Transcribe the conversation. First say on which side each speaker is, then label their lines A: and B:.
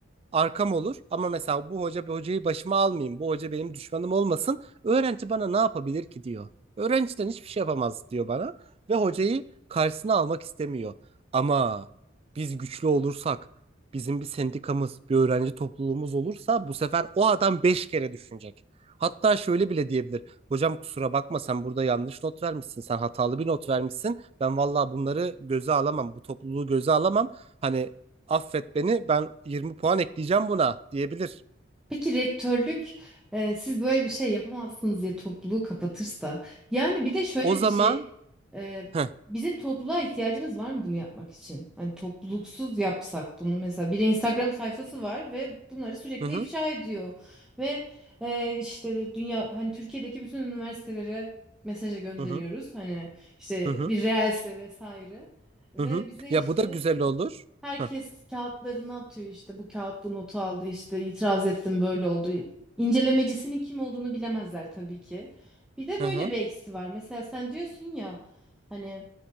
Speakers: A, on the right; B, in the centre.
A: arkam olur ama mesela bu hoca bu hocayı başıma almayayım. Bu hoca benim düşmanım olmasın. Öğrenci bana ne yapabilir ki diyor. Öğrenciden hiçbir şey yapamaz diyor bana ve hocayı karşısına almak istemiyor. Ama biz güçlü olursak, bizim bir sendikamız, bir öğrenci topluluğumuz olursa bu sefer o adam beş kere düşünecek. Hatta şöyle bile diyebilir. Hocam kusura bakma sen burada yanlış not vermişsin. Sen hatalı bir not vermişsin. Ben vallahi bunları göze alamam. Bu topluluğu göze alamam. Hani affet beni ben 20 puan ekleyeceğim buna diyebilir.
B: Peki rektörlük e, siz böyle bir şey yapamazsınız diye topluluğu kapatırsa yani bir de şöyle
A: O zaman
B: bir şey Ee,
A: Heh,
B: bizim topluluğa ihtiyacımız var mı bunu yapmak için? Hani topluluksuz yapsak bunu mesela bir Instagram sayfası var ve bunları sürekli
A: hı hı
B: ifşa ediyor ve e, işte dünya hani Türkiye'deki bütün üniversitelere mesaja gönderiyoruz
A: hı hı
B: hani işte
A: hı hı
B: bir reelse vesaire ve
A: hı hı.
B: bize
A: Ya
B: işte
A: bu da güzel olur.
B: Herkes
A: Heh,
B: kağıtlarını atıyor işte bu kağıt bu notu aldı işte itiraz ettim böyle oldu. İncelemecisinin kim olduğunu bilemezler tabii ki. Bir de
A: Hı
B: böyle
A: hı.
B: bir eksi var. Mesela sen diyorsun ya hani